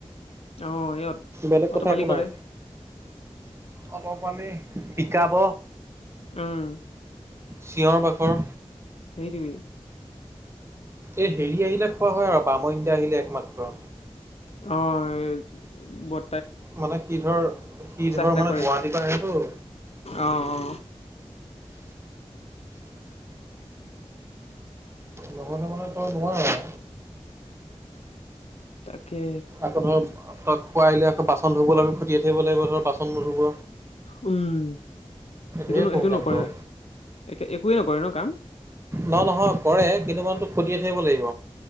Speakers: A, on the left; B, on the right.
A: অ এই অত-
B: বেলেগ
A: অতপালি
B: কথা একো
A: কৰে
B: নাই। অলপমানি শিকাব।
A: উম।
B: চিঞৰ বাখৰ
A: সেইটোৱেই
B: এই হেৰি আহিলে খোৱা হয় আৰু বাম ইয়া আহিলে একমাত্ৰ।
A: অ, ব
B: মানে সি, ধৰ, সি, ধৰ
A: এটা
B: মানে
A: কৰে
B: গুৱাহাটীৰ পৰা আহেতো <inaudible>
A: অ অ
B: লগতে মানে তই নোৱাৰ আৰু।
A: তাকে
B: আকৌ ধৰ তাক পোৱাই লৈ আকৌ বাচন ধুব লি খটিয়াই থাকিব লাগিব ধৰ বাচন নুধুব।
A: উম, সেইটো
B: ধেৰ
A: ন,
B: প্ৰব্লেম
A: সেইটো নকৰে
B: তোৰ
A: একে, একোৱেই নকৰে ন কাম।
B: নহ, নহয় কৰে। কিন্তু মানুহ তোক খতিয় থাকিব লাগিব